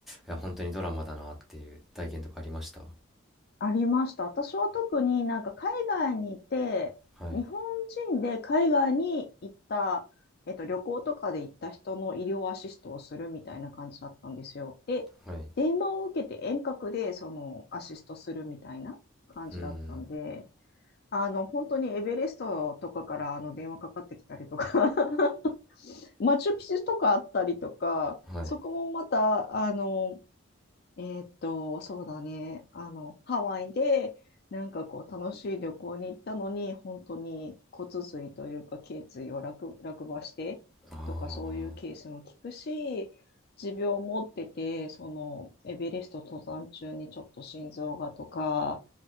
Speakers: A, in the centre; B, on the left.
A: いや、本当にドラマだなっていう体験とかありました
B: ありました。私は特になんか海外にいて、
A: はい。
B: 日本人で海外に行った、えっと、旅行とかで行った人の医療アシストをするみたいな感じだったんですよ。で、
A: はい。
B: 電話を受けて遠隔でそのアシストするみたいな感じだったんで、
A: うん。
B: あの本当にエベレストとかからあの電話かかってきたりとか <laughs> マチュピチュとかあったりとか、
A: はい。
B: そこもまたあのえーっと、そうだね。あの、ハワイで、なんかこう、楽しい旅行に行ったのに、本当に骨髄というか、頸椎を落、落馬してとか、
A: あ
B: そういうケースも聞くし、持病を持ってて、その、エベレスト登山中にちょっと心臓がとか、